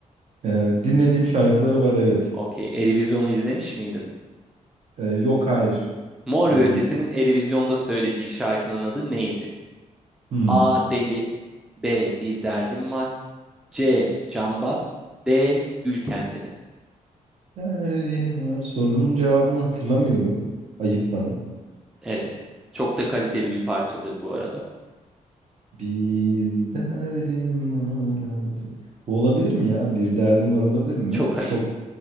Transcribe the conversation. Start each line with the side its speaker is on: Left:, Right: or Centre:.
Right: Ee, dinlediğim şarkıları var evet.
Centre: Okey. Eurovision'u izlemiş miydin?
Right: Ee, yok hayır.
Centre: Mor
Right: Bir-
Centre: ve Ötesi'nin Eurovision'da söylediği şarkının adı neydi?
Right: Hmm.
Centre: A. Deli B. Bir derdim var C. Cambaz D. Gül kendine.
Right: Derdim var. Sorunun cevabını hatırlamıyorum. Ayıp bana.
Centre: Evet. Çok da kaliteli bir parçadır bu arada.
Right: Bir derdim var. artık. Bu olabilir mi ya? Bir derdim var olabilir mi?
Centre: Çok ayıp.
Right: Çok